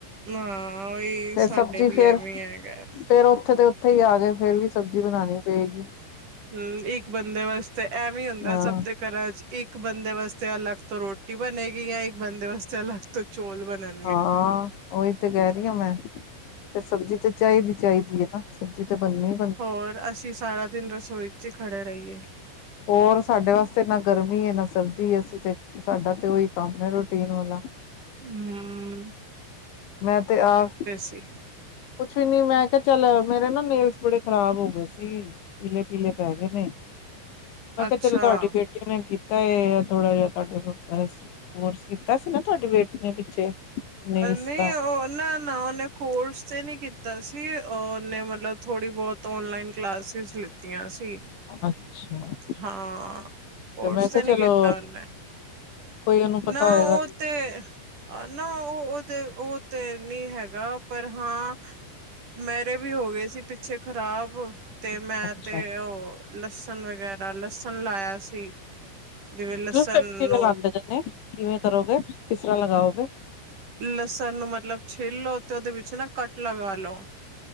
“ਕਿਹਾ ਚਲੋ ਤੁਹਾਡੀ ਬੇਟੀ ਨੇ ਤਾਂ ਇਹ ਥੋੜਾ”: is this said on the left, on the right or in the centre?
Left